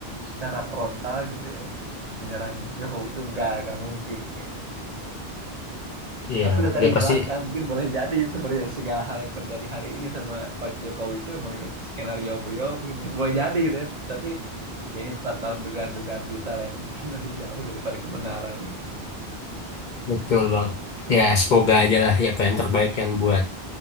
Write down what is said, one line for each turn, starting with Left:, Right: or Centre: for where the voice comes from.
Right: secara frontal gitu ya menyerang Jokowi itu nggak nggak mungkin kayaknya.
Left: Iya,
Right: Tapi dari
Left: dia pasti
Right: belakang mungkin boleh jadi sebenarnya segala hal yang terjadi hari ini sama Pak Jokowi itu memang skenario beliau mungkin masih- boleh jadi gitu ya. Tapi ya ini tetap dalam dugaan-dugaan kita lah yang mungkin <laughs> masih jauh daripada kebenaran gitu.
Left: Betul bang. Ya semoga aja lah ya apa yang terbaik kan buat